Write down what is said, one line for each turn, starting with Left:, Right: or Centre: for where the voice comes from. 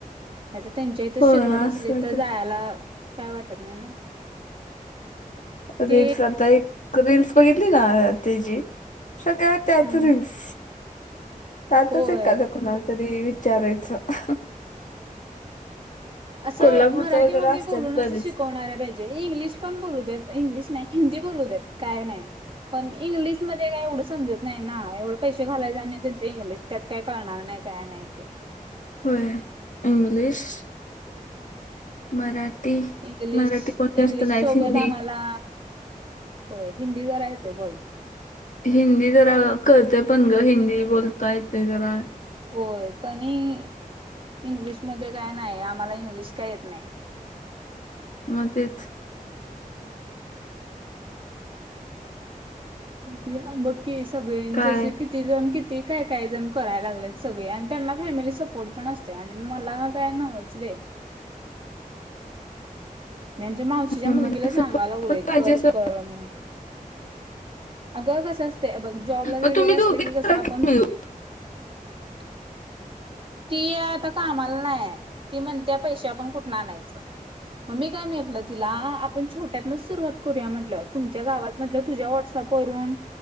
Right: आता त्यांच्या इथ
Left: होय
Right: शिकवत असलीत
Left: असलं
Right: तर जायला काय वाटत नाही ना.
Left: रीलल्स
Right: ते
Left: आता एक रीलल्स बघितली ना त्याची सगळ्या त्याच
Right: हम्म
Left: रिल्स त्यातच
Right: होय.
Left: एकाला कोणाला तरी विचारायचं
Right: असं
Left: कोल्हापूरचं
Right: मराठीमध्ये
Left: वगैरे असतात
Right: बोलून
Left: बरेच
Right: असं शिकवणाऱ्या पाहिजेत म्हे इंग्लिश पण बोलू देत इंग्लिश नाही हिंदी बोलू देत काय नाही पण इंग्लिशमध्ये काय एवढं समजत नाही ना एवढे पैसे घालायचे नाही त्यांचं इंग्लिश त्यात काही कळणार नाही काय नाही ते
Left: होय इंग्लीश मराठी
Right: इंग्लिश
Left: मराठी कोण
Right: इंग्लिश
Left: जास्त नाहीत
Right: सोबत
Left: हिंदी
Right: आम्हाला होय हिंदी जरा येतंय बोलता
Left: हिंदी जरा कळतंय पण ग हिंदी बोलता येतंय जरा
Right: होय पण इंग्लिशमध्ये काय नाही आम्हाला इंग्लिश काय येत नाहीं
Left: म तेच.
Right: बघूया बगकी, सगळ्यांचे
Left: काय
Right: असे कि ती जण, किती काय-काय जण करायला लागलेत, सगळे आणि त्यांना फॅमिली सपोर्ट पण असतोया आणि मला का नच बे. मी यांच्या मावशीच्या,
Left: फॅमिली
Right: मुलगीला
Left: सपोर्ट
Right: सांगाय लागलो,
Left: पण पाहिजे
Right: कर-कर
Left: असं
Right: म अग कसं असत बघ, जॉबला
Left: मग
Right: वगैरे
Left: तुम्ही दोघी
Right: असलं,
Left: करा
Right: की कसं आपण
Left: मिळून
Right: <unintelligible> ती आता कामाला नाहीय, ती म्हणतेया पैशे आपण कुठून आणायचे? मम्मी काय म्हटलं तिला, आपण छोट्यातनच सुरुवात करूया म्हटलं, तुमच्या गावात म्हटलं, तुझ्या व्हॉट्सअप करून,